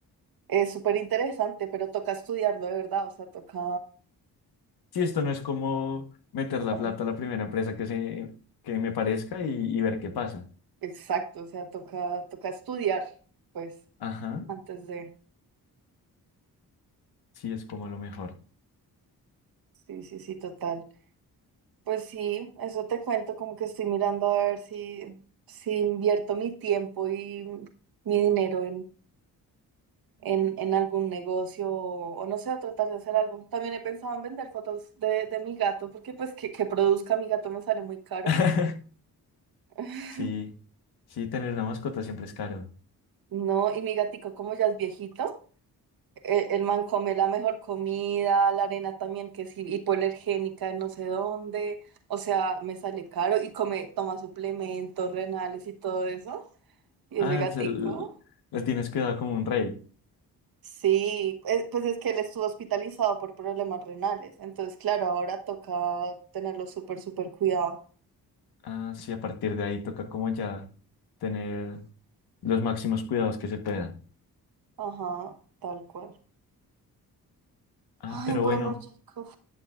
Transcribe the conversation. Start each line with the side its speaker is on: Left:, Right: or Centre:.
Right: es súper interesante, pero toca estudiarlo de verdad, o sea, toca
Left: Si esto no es como meter la
Right: um,
Left: plata a la primera empresa que, se, que me parezca y, y ver qué pasa.
Right: exacto, o sea, toca toca estudiar, pues,
Left: Ajá,
Right: antes de
Left: sí es como lo mejor.
Right: sí, sí, sí, total. Pues sí, eso te cuento, como que estoy mirando a ver si si invierto mi tiempo y mi dinero en, en algún negocio o, o no sé, a tratar de hacer algo. También he pensado en vender fotos de, de mi gato, porque pues que, que produzca mi gato me sale muy caro.
Left: <laughs>
Right: <laughs>
Left: Sí, sí, tener una mascota siempre es caro.
Right: No, y mi gatico como ya es viejito, e- el, man come la mejor comida, la arena también que es hi- hipoalergénica, de no sé dónde, o sea, me sale caro y come, toma suplementos renales y todo eso. Y
Left: Ah,
Right: ese gatico.
Left: se l- la tienes cuidada como un rey.
Right: Sí, eh, pues es que él estuvo hospitalizado por problemas renales, entonces claro, ahora toca tenerlo súper, súper cuidado.
Left: Ah, sí, a partir de ahí toca como ya tener los máximos cuidados que se puedan.
Right: Ajá, tal cual.
Left: Ah,
Right: Ay,
Left: pero
Right: bueno,
Left: bueno,
Right: chicos,